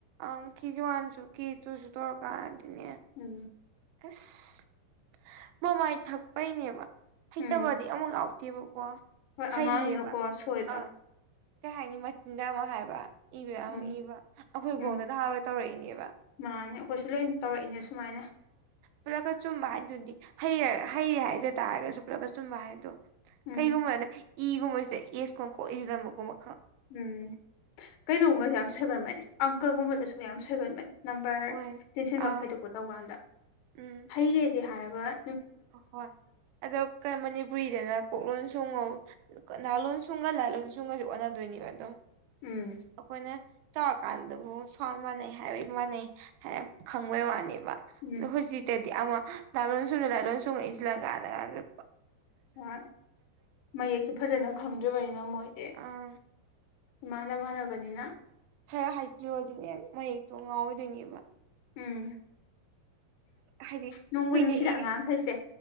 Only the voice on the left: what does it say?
ꯎꯝ
ꯎꯝ
ꯍꯣꯏ
ꯑꯉꯥꯡꯅꯤꯅꯀꯣ ꯁꯣꯏꯕ
ꯎꯝ
ꯎꯝ
ꯃꯥꯅꯦ ꯑꯩꯈꯣꯏꯁꯨ ꯂꯣꯏ ꯇꯧꯔꯛꯏꯅꯦ ꯁꯨꯃꯥꯏꯅ
ꯎꯝ
ꯎꯝ ꯀꯩꯅꯣꯒꯨꯝꯕꯁꯨ ꯌꯥꯝ ꯁꯣꯏꯒꯟꯕꯅꯤ ꯑꯪꯀꯜꯒꯨꯝꯕꯗꯁꯨ ꯌꯥꯝ ꯁꯣꯏꯒꯟꯕꯅꯤ ꯅꯝꯕꯔ
ꯇꯦꯟꯁꯤꯟ
ꯃꯈꯥꯏꯗ ꯄꯣ ꯇꯧ ꯀꯥꯟꯗ
ꯍꯩꯔꯦꯗꯤ ꯍꯥꯏꯒ
ꯎꯝ
ꯎꯝ
ꯑꯣꯏ ꯃꯌꯦꯛꯁꯨ ꯐꯖꯅ ꯈꯪꯗ꯭ꯔꯔꯤꯕꯅꯤꯅ ꯃꯣꯏꯗꯤ
ꯏꯃꯥꯟꯅ ꯃꯥꯟꯅꯕꯅꯤꯅ
ꯎꯝ
ꯅꯨꯡꯕꯨ
ꯅꯨꯡꯁꯤꯗ
ꯑꯉꯥꯡꯈꯩꯁꯦ